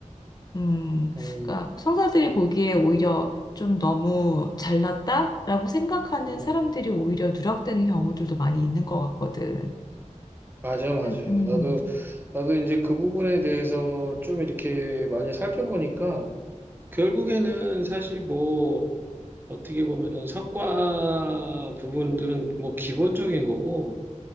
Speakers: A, on the left; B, on the right.
A: 음,
B: 오,
A: 그러니까 상사들이 보기에 오히려 좀 너무 잘났다라고 생각하는
B: 오.
A: 사람들이 오히려 누락되는 경우들도 많이 있는 것 같거든.
B: 맞아,
A: 그래,
B: 맞아. 나도,
A: 음.
B: 나도 이제 그 부분에 대해서 좀 이렇게 많이 살펴보니까 결국에는 사실 뭐 어떻게 보면은 성과 부분들은 뭐 기본적인 거고